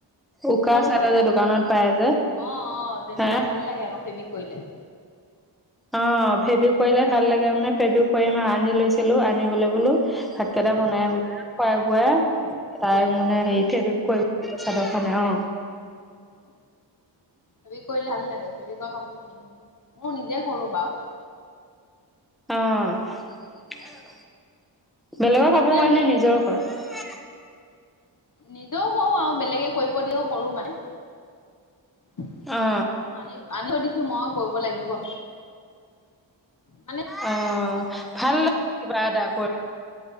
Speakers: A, in the centre; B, on the left.
A: উকা
B: দুখনো
A: চাদৰ
B: কৰিলা
A: যে দোকানত
B: অ
A: পাই যে
B: - অ তেনেকুৱা
A: হে
B: ভাল লাগে আকৌ সেইৱিক কৰিলে।
A: অ, ফেব্ৰিক কৰিলে ভাল লাগে মানে ফেব্ৰিক কৰিম আৰু আনি লৈছিলো আনি গলে বোলো ভাতকেইটা বনাই
B: অ
A: বোলে খুৱাই
B: অ
A: বুৱাই তাই
B: কৰিবা
A: মানে হেৰি
B: অ
A: ফে চাদৰখে অ,
B: অ অ ফেব্ৰিক কৰিলে ভাল লাগে ফেবিকৰ কাপোৰ পিন্ধ মোৰ নিজে কৰো। বাও।
A: অ', বেলেগক কব
B: আছে
A: পৰা
B: মোৰ
A: নাই নিজৰ কয়।
B: নিজেও কও আৰু বেলেগে কৰিব দিও কৰো মানে। মই
A: অ
B: আনি আনিব দিছো মই কৰিব লাগিব। মানে
A: অ, ভাল লাগে কিবা এটা কৰি।